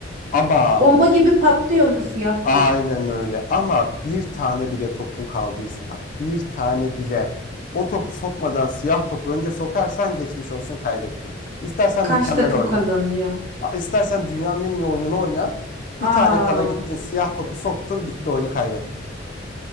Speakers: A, on the left (about 45°); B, on the right (about 40°).
A: Ama
B: Bomba gibi patlıyor mu siyah
A: aynen
B: top?
A: öyle ama bir tane bile topun kaldıysa bak bir tane bile o topu sokmadan siyah topu önce sokarsan geçmiş olsun kaybettin. İstersen
B: Karşı
A: mükemmel
B: takım
A: oyna.
B: kazanıyor.
A: A- İstersen dünyanın en iyi oyununu oyna.
B: Aa.
A: Bir tane kala gittin siyah topu soktun bitti oyunu kaybettin.